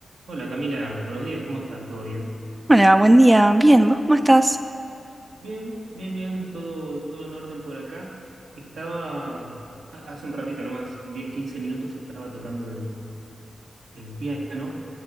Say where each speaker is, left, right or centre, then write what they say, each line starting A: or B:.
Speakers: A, on the right; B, on the right.
A: Hola Camila, buenos días, ¿cómo estás? ¿Todo bien?
B: Hola, buen día. Bien, ¿vos cómo estás?
A: Bien, bien, bien, todo, todo en orden por acá. Estaba, ha- hace un ratito nomás, 10, 15 minutos, estaba tocando el, el piano,